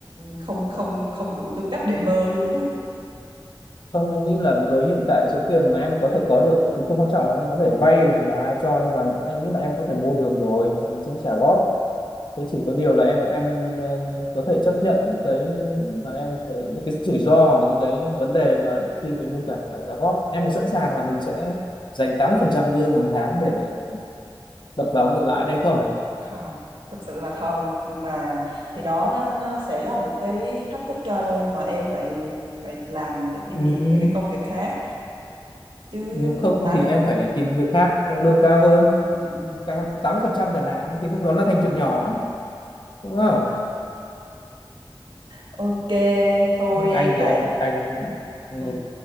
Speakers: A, on the right (about 65°); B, on the left (about 60°).
A: không không không đủ tư cách để mơ luôn á
B: không anh nghĩ là với hiện tại số tiền mà em có thể có được thì không quan trọng là anh có thể vay hoặc là ai cho nhưng mà anh nghĩ là em có thể mua được rồi anh sẽ trả góp thế chỉ có điều là em em ờ, có thể chấp nhận những cái mà em phải những cái rủi ro hoặc là những cái vấn đề mà khi mình mua trả trả góp em có sẵn sàng là mình sẽ dành 80% lương hàng tháng để đập vào cái tiền lãi đấy không
A: không thực sự là không nhưng mà thì đó nó nó sẽ là một cái thách thức cho em và em phải phải làm phải đi
B: ừ.
A: tìm những cái công việc khác chứ
B: nếu không
A: ta
B: thì em phải tìm việc khác lương
A: ừ,
B: cao hơn
A: ừ, ừ.
B: cao 80% chẳng hạn thì lúc đó nó thành chuyện nhỏ đúng không
A: ok thôi
B: Nhưng anh
A: em
B: thì
A: lại
B: anh anh ừ.
A: ừ.